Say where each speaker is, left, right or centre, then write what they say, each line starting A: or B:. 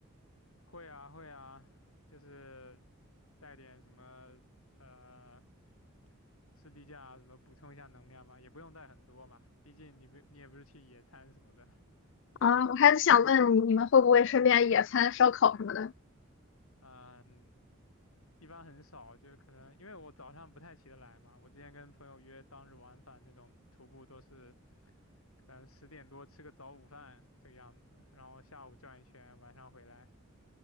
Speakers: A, on the left; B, on the left.
A: 会啊会啊，就是带点什么呃士力架啊什么补充一下能量吧，也不用带很多嘛，毕竟你不你也不是去野餐什么的。
B: 啊，我还是想问你们会不会顺便野餐、烧烤什么的？
A: 嗯，一般很少，就是可能因为我早上不太起得来嘛，我之前跟朋友约当日往返那种徒步都是可能十点多吃个早午饭这个样子，然后下午转一圈，晚上回来。